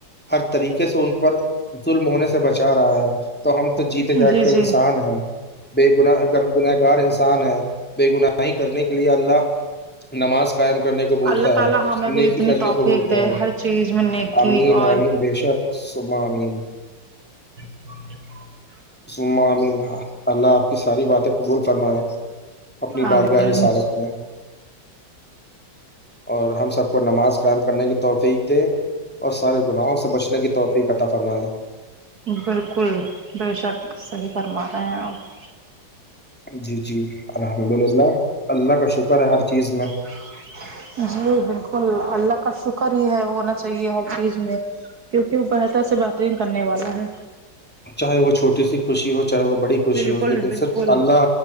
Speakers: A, in the centre; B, on the right.
A: ہر طریقے سے ان پر ظلم ہونے سے بچا رہا ہے تو ہم تو جیتے جاگ
B: جی
A: کے
B: جی
A: انسان ہیں بے گن گنہگار انسان ہے بے گناہی کرنے کے لیے اللہ نماز قائم کرنے کو بولتا
B: اللہ تعالی
A: ہے
B: ہمیں
A: نیکی
B: بھی اتنی
A: کرنے
B: توفیق
A: کو بولتا
B: دے
A: ہے
B: ہر چیز میں نیکی
A: امین
B: اور
A: امین بے شک سمہ امین
B: ج <unintelligible>
A: ہ اللہ آپ کی ساری باتیں قبول فرمائے اپنی
B: آمین
A: بارگاہ رسالت میں اور ہم سب کو نماز قائم کرنے کی توقیق دے اور سارے گناہوں سے بچنے کی توفیق عطا فرمائے
B: بالکل بے شک صحیح فرما رہے ہیں آپ <unintelligible>
A: جی جی الحمد للہ اللہ کا شکر ہے ہر چیز میں
B: <inaudible> جی بالکل اللہ کا شکر ہی ہے ہونا چاہیے ہر چیز میں کیونکہ وہ بہتر سے بہترین کرنے والا ہے
A: چاہے وہ چھٹی سی خوشی ہو چاہے وہ بڑی خوشی
B: بالکل
A: ہو لیکن
B: بالکل
A: صرف اللہ